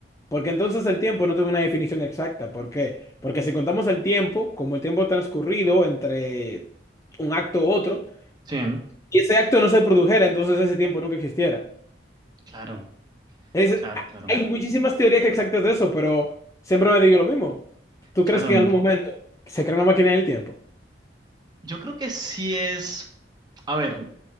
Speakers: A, on the left; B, on the right.
A: Porque entonces el tiempo no tiene una definición exacta. ¿Por qué? Porque si contamos el tiempo como el tiempo transcurrido entre un acto u otro,
B: Sí,
A: y ese acto no se produjera, entonces ese tiempo nunca existiera.
B: claro.
A: Es-
B: Claro, claro.
A: hay muchísimas teorías exactas de eso, pero siempre me digo lo mismo. ¿Tú
B: Claro,
A: crees que en algún momento se crea una máquina del tiempo?
B: yo creo que sí es, a ver,